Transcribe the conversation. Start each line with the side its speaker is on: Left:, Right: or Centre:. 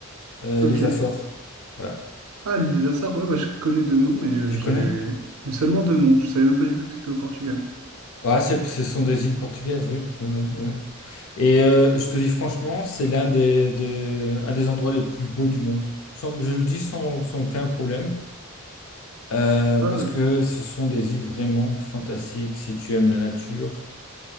Left: Euh,
Right: Ok.
Left: les Açores. Voilà.
Right: Ah l'île des Açores, ouais, bah, je connais deux noms mais euh,
Left: Tu
Right: j'ai
Left: connais?
Right: mais seulement deux noms. Je savais même pas du tout que c'était au Portugal.
Left: Ah, c'est- ce sont des îles portugaises, oui. Oui, oui, oui. oui. Et euh, je te dis franchement, c'est l'un des, des- un des endroits les plus beaux du monde. Sans- je le dis sans, sans aucun problème, euh,
Right: Ah
Left: parce
Right: euh,
Left: que ce sont des îles vraiment fantastiques si tu aimes la nature.